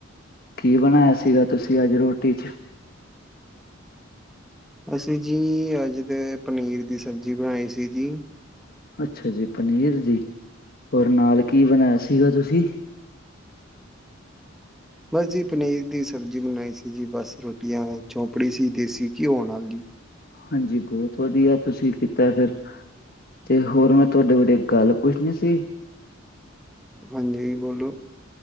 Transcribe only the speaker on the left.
ਕੀ ਬਨਾਯਾ ਸੀਗਾ ਤੁਸੀਂ ਅੱਜ ਰੋਟੀ ਚ?
ਅੱਛਾ ਜੀ ਪਨੀਰ ਦੀ, ਹੋਰ ਨਾਲ ਕੀ ਬਣਾਯਾ ਸੀਗਾ ਤੁਸੀਂ?
ਹਾਂਜੀ ਬਹੁਤ ਵਧੀਆ ਤੁਸੀਂ ਕਿੱਦਾਂ ਫੇਰ? ਤੇ ਹੋਰ ਮੈਂ ਤੁਵਾਡੇ ਬਾਰੇ ਏਕ ਗੱਲ ਪੁੱਛਣੀ ਸੀ।